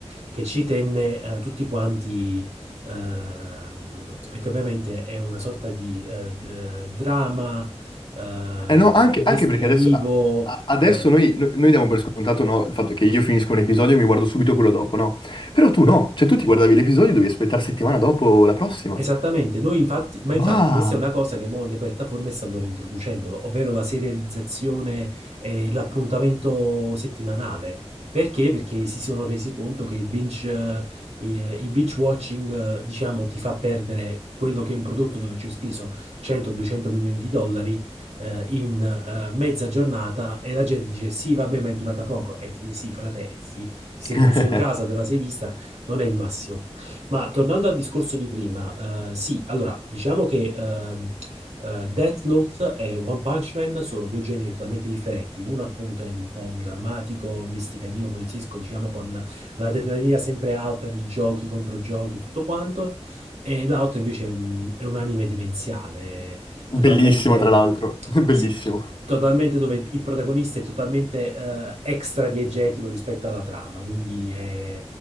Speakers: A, on the right; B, on the left.
A: che ci tenne eh, tutti quanti ehm, perché ovviamente è una sorta di eh, d- drama eh,
B: Eh no, anche,
A: investigativo,
B: anche perché adesso, a- a- adesso
A: eh,
B: noi, no- noi diamo per scontato no, il fatto che io finisco un episodio e mi guardo subito quello dopo, no? Però tu no, cioè tu ti guardavi l'episodio e dovevi aspettare settimana dopo la prossima.
A: Esattamente, noi infatti, ma infatti
B: Ma...
A: questa è una cosa che mo le piattaforme stanno reintroducendo, ovvero la serializzazione e l'appuntamento settimanale. Perché? Perché si sono resi conto che il binge, eh, il il binge watching, eh, diciamo, ti fa perdere quello che è un prodotto dove ci hai speso 100-200 milioni di dollari, eh, in, eh, mezza giornata e la gente dice sì, vabbè, ma è durata poco. E ti sì, frate, sì, ti sei
B: <laughs>
A: chiuso in casa, te la sei vista, non è il massimo. Ma tornando al discorso di prima, eh, sì, allora diciamo che ehm, eh, Death Note e One Punch Man sono due generi totalmente differenti. Uno appunto è un po' un drammatico, investigativo, poliziesco, diciamo con l'adrenalina sempre alta di giochi contro giochi, tutto quanto, e l'altro invece è un, è un anime demenziale,
B: Bellissimo,
A: totalmente,
B: tra l'altro. <laughs> Bellissimo.
A: sì, t- totalmente dove il protagonista è totalmente eh, extra diegetico rispetto alla trama, quindi è